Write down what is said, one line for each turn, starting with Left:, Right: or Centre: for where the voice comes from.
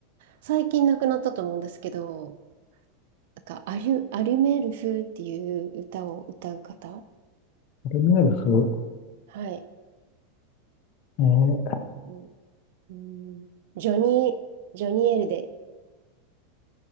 Right: 最近亡くなったと思うんですけど、なんか、アリュ、アリュメール風っていう歌を歌う方
Left: ェルメールフ。
Right: はい。
Left: えー、
Right: うんうん、ジョニー、ジョニー・エルデ。